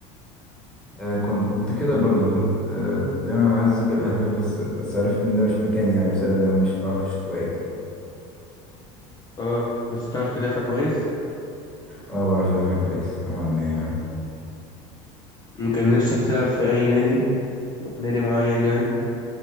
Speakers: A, in the centre; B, on the left.
A: آه، كنت كنت كده برضو كنت آه، دايما عايز اسجل اهداف بس بس عرفت ان ده مش مكاني يعني بسبب ان انا مش بعرف اشوط كويس
B: اه بس تعرف تدافع كويس
A: اه بعرف ادافع كويس نوعا ما يعني
B: كان نفسك تلعب في اي نادي نادي معين يعني